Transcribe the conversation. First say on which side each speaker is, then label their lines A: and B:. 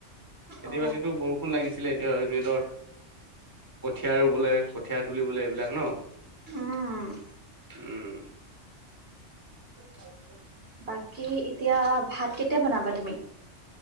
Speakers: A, on the right (about 15°); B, on the right (about 50°).
A: খেতি
B: অ
A: বাতিতো বৰ ফোন লাগিছিলে এতিয়া এতৰ কঁঠীয়া ৰুবলে কঁঠীয়া তুলিবলে এইবিলাক ন
B: উম
A: উম। <unintelligible>
B: বাকী এতিয়া ভাত কেতিয়া বনাবা তুমি?